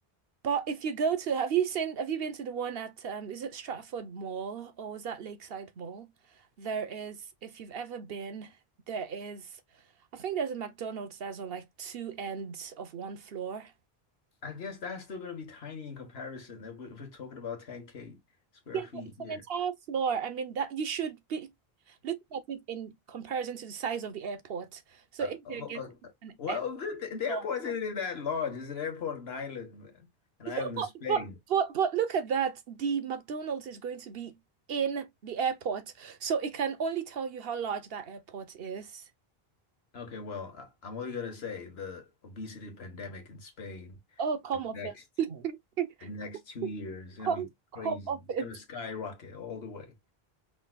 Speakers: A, on the right; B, on the left.
A: but if you go to have you seen have you been to the one at um is it Stratford Mall or is that Lakeside Mall? There is if you've ever been there is I think there's a McDonald's that's on like two ends of one floor.
B: I guess that's still going to be tiny in comparison. That we're, we're talking about 10K square
A: Yeah,
B: feet
A: but it's an
B: here.
A: entire floor. I mean that you should be looking at it in comparison to the size of the airport. So
B: Uh,
A: if
B: uh,
A: they're getting
B: uh,
A: an
B: well, the,
A: airport
B: the airport isn't that large. It's an airport in Ireland, man. An
A: Yeah,
B: island
A: but
B: in Spain.
A: but but but look at that. The McDonald's is going to be in the airport, so it can only tell you how large that airport is.
B: Okay, well, I, I'm only gonna say the obesity pandemic in Spain
A: Oh, come
B: in the
A: off
B: next
A: it.
B: the next two years
A: <laughs>
B: is gonna
A: Come
B: be
A: come
B: crazy.
A: off
B: It's
A: it.
B: gonna skyrocket all the way.